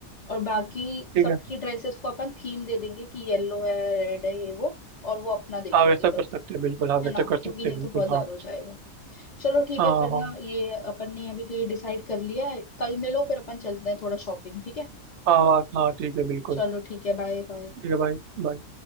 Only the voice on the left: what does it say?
और बाकी
सबकी
ड्रेसेस को अपन थीम दे देंगे कि येलो है रेड है ये वो और वो अपना देख
लेंगे
सब
है ना
क्योंकि
नहीं
तो
बहुत ज्यादा
हो जाएगा चलो ठीक
है फिर
ना ये अपन ने अभी तो ये डिसाइड कर लिया है कल मिलो फिर अपन चलते हैं थोड़ा शॉपिंग ठीक है
चलो ठीक है बाय बाय